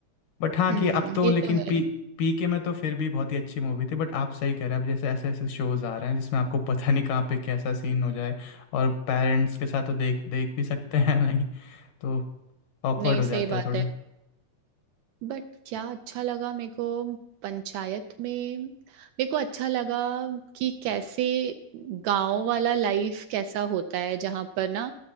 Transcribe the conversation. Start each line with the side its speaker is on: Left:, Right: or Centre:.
Left: बट हाँ
Right: हम्म,
Left: कि अब तो
Right: ये
Left: लेकिन
Right: तो है
Left: पी पी के में तो फिर भी बहुत ही अच्छी मूवी थी बट आप सही कह रहे हैं अब जैसे ऐसे ऐसे शोज आ रहे हैं जिसमें आपको पता नहीं कहाँ पे कैसा सीन हो जाए और पेरेंट्स के साथ तो देख देख भी सकते हैं <laughs> नहीं तो ऑकवर्ड
Right: नहीं
Left: हो जाता
Right: सही
Left: है
Right: बात
Left: थोड़ा
Right: है बट क्या अच्छा लगा मेरे को पंचायत में मेरे को अच्छा लगा कि कैसे गांव वाला लाइफ कैसा होता है जहाँ पर ना